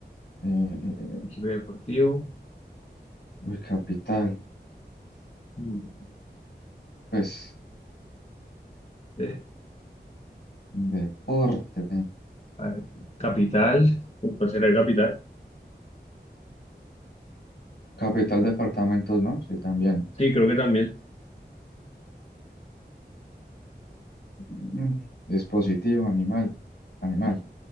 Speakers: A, on the left (about 65°); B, on the left (about 35°).
A: eh, eh,
B: equipo
A: eh,
B: deportivo.
A: uy, capital.
B: mm,
A: Pues,
B: eh,
A: deporte.
B: a ver, capital. Uf, ¿cuál será el capital?
A: Capital, departamentos, ¿no? Sí, también.
B: Sí, creo que también.
A: Mm, dispositivo, animal. Animal.